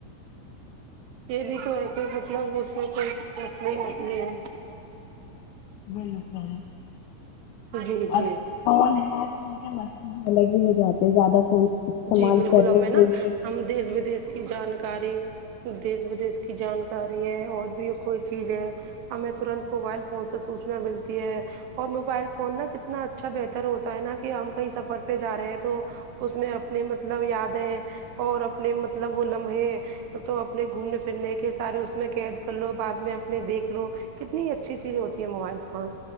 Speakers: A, on the right; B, on the left.
A: یہ بھی تو ہے کہ مطلب دوسروں کو اصلی مسلے ہیں
B: بالکل
A: جی جی
B: اب فون ہے ان کے مسلے بھی الگ ہی ہوجاتے ہیں زیادہ فون استعمال
A: جی بالکل
B: کرنے
A: ہمیں
B: سے
A: ناں
B: بھی
A: ہم دیس ودیش کی جانکاری دیس ودیش کی جانکاری ہے اور بھی کوئی چیز ہے ہمیں ترنت موبائل فون سے سوچنا ملتی ہے اور موبائل فون ناں کتنا اچھا بہتر ہوتا ہے ناں کہ ہم کہیں سفر پہ جارہے ہیں تو اس میں اپنے مطلب یادیں اور اپنے مطلب وہ لمحے تو اپنے گھومنے پھرنے کے سارے اس میں قید کر لو بعد میں اپنے دیکھ لو کتنی اچھی چیز ہوتی ہیں موبائل فون